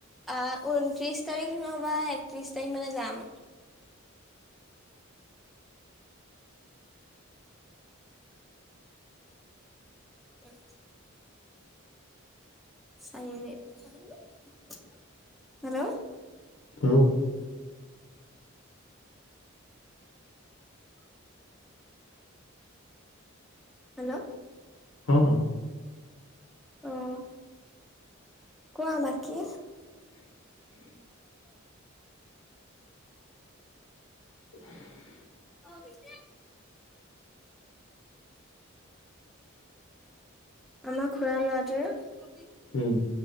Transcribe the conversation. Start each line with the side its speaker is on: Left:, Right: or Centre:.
Centre: আঁ ঊনত্ৰিছ তাৰিখ নহ'বা একত্ৰিছ তাৰিখ মানে যাম। উম। চাৰি মিনিট, হেল্ল
Left: <inaudible> <inaudible>
Centre: হেল্ল
Left: অঁ
Centre: অঁ, কোৱা বাকি।
Left: <inaudible> <inaudible>
Centre: <inaudible> আমাৰ খুৰা ল'ৰাটোৱে
Left: উম